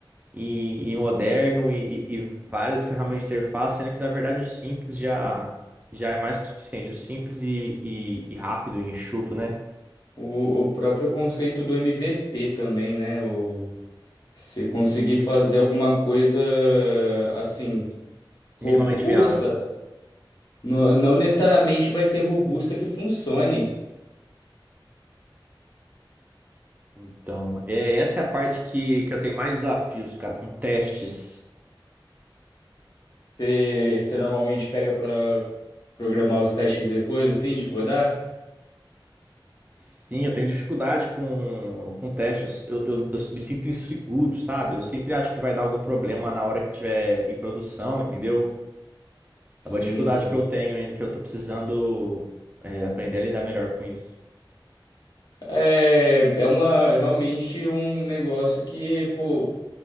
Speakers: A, on the right; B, on the left.
A: e, e moderno e, e- e várias ferramentas de interface, sendo que na verdade o simples já, já é mais que o suficiente. O simples e, e, e rápido e enxuto, né?
B: O, o próprio conceito do MVP também, né? O, você conseguir fazer alguma coisa assim, robusta,
A: Minimamente viável.
B: no- não necessariamente vai ser robusta que funcione.
A: Então, é, essa é a parte que, que eu tenho mais desafios, cara, com testes.
B: Você, você normalmente pega para programar os testes depois, assim, de codar?
A: Sim, eu tenho dificuldade com, com testes. Eu, eu, eu me sinto inseguro, sabe? Eu sempre acho que vai dar algum problema na hora que tiver em produção, entendeu?
B: Sim,
A: É uma dificuldade
B: sim.
A: que eu tenho ainda, que eu tô precisando, é, aprender a lidar melhor com isso.
B: É, é uma realmente um negócio que, pô,